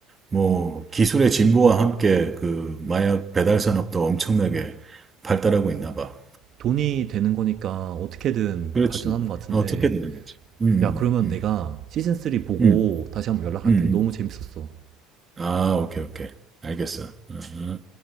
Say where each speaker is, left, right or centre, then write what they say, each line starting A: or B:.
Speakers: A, on the right (about 25°); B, on the right (about 50°).
A: 뭐 기술의 진보와 함께 그 마약 배달 산업도 엄청나게 발달하고 있나 봐.
B: 돈이 되는 거니까 어떻게든
A: 그렇지.
B: 발전하는 것 같은데
A: 어떻게 되는 거지? 음,
B: 야 그러면
A: 음,
B: 내가 시즌3 보고
A: 음,
B: 다시 한번 연락할게.
A: 음. 음.
B: 너무 재밌었어.
A: 아, 오케이, 오케이. 알겠어. 어, 어.